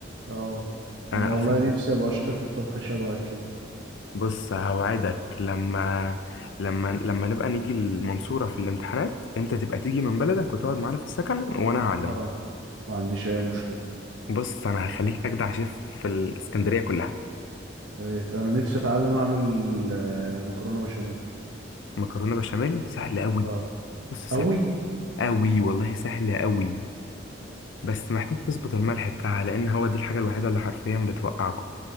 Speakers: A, on the right (about 90°); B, on the left (about 80°).
A: اه
B: انا
A: انا والله
B: اصلا
A: نفسي ابقى شاطر في الطبخ شبهك كده
B: بص هوعدك لما لما لما نبقى نيجي المنصورة في الامتحانات انت تبقى تيجي من بلدك وتقعد معانا في السكن وانا هعلمك
A: اه ما عنديش اي مشكلة
B: بص انا هخليك اجدع شيف في الاسكندرية كلها
A: يا ريت انا نفسي اتعلم اعمل آه، مكرونه بشاميل
B: مكرونه بشاميل سهل قوي
A: اه
B: بص سهل
A: قوي
B: قوي والله سهل قوي بس محتاج تظبط الملح بتاعها لان هو دي الحاجه الوحيده اللي حرفيا بتوقعكم